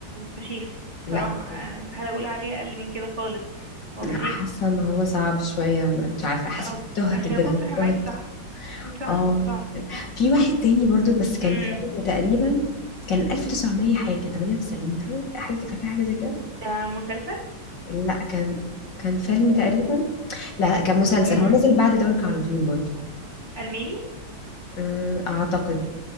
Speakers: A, on the right; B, on the left.
A: فشيخ
B: لا
A: بصراحه انا استحاله اقول عليه اقل من كده خالص هو
B: لا
A: فشيخ
B: حاسه ان هو صعب شويه مش عارفه حسيت
A: صعب
B: تهت
A: عشان
B: كده
A: اكون صريحه
B: تهت
A: معاكي صح صح
B: اه
A: هو صعب
B: في واحد تاني برضو بس كان
A: امم
B: فيلم تقريبا كان 1900 حاجة 98 حاجة حاجة- فاكرة حاجة زي كده
A: ده مسلسل
B: لا كان كان فيلم تقريبا لا لا كان مسلسل
A: امم
B: هو نزل بعد دورك على طول برضو
A: الماني
B: أه، أعتقد